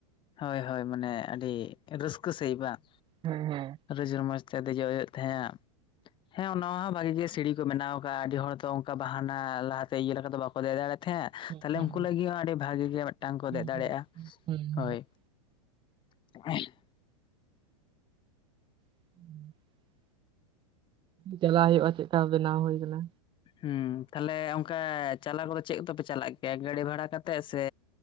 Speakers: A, on the left; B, on the right.
A: ᱦᱳᱭ ᱦᱳᱭ ᱢᱟᱱᱮ ᱟᱹᱰᱤ ᱨᱟᱹᱥᱠᱟᱹ ᱥᱟᱺᱦᱤᱡ ᱵᱟᱝ
B: ᱦᱮᱸ ᱦᱮᱸ
A: ᱨᱡᱽ ᱨᱚᱢᱚᱡᱽ ᱠᱷᱟᱞᱤ ᱜᱮ ᱦᱩᱭᱩᱜ ᱛᱟᱦᱮᱸᱱᱟ ᱦᱮᱸ ᱚᱱᱟ ᱢᱟ ᱵᱷᱟᱜᱤ ᱜᱮ ᱥᱤᱲᱤ ᱠᱚ ᱵᱮᱱᱟᱣ ᱟᱠᱟᱫᱼᱟ᱾ ᱟᱹᱰᱤ ᱦᱚᱲ ᱫᱚ ᱚᱱᱠᱟ ᱵᱟᱦᱟᱱᱟ ᱞᱟᱦᱟᱛᱮ ᱤᱭᱟᱹ ᱞᱮᱠᱟ ᱫᱚ ᱵᱟᱠᱚ ᱫᱮᱡ ᱫᱟᱲᱮᱭᱟᱜ ᱛᱷᱮᱜ
B: ᱦᱮᱸ
A: ᱛᱟᱦᱞᱮ
B: ᱦᱮᱸ
A: ᱩᱱᱠᱩ ᱞᱟᱹᱜᱤᱫ ᱦᱚᱸ ᱟᱹᱰᱤ ᱵᱷᱟᱜᱤ ᱜᱮ ᱢᱤᱫᱴᱟᱝ ᱠᱚ
B: ᱦᱮᱸ
A: ᱫᱮᱡ ᱫᱟᱲᱮᱭᱟᱜᱼᱟ᱾
B: ᱦᱮᱸ ᱦᱮᱸ ᱦᱮᱸ
A: ᱦᱳᱭ
B: ᱦᱮᱸ
A: <unintelligible>
B: <inaudible> ᱪᱟᱞᱟᱜ ᱦᱩᱭᱩᱜᱼᱟ᱾ ᱪᱮᱫᱠᱟ ᱵᱮᱱᱟᱣ ᱦᱩᱭ ᱟᱠᱟᱱᱟ᱾
A: ᱦᱮᱸ ᱛᱟᱦᱞᱮ ᱚᱱᱠᱟ ᱪᱟᱞᱟᱣ ᱠᱚᱫᱚ ᱪᱮᱫ ᱠᱚᱛᱮᱯᱮ ᱪᱟᱞᱟᱜ ᱜᱮᱭᱟ ᱜᱟᱹᱰᱤ ᱵᱷᱟᱲᱟ ᱠᱟᱛᱮᱜ ᱥᱮ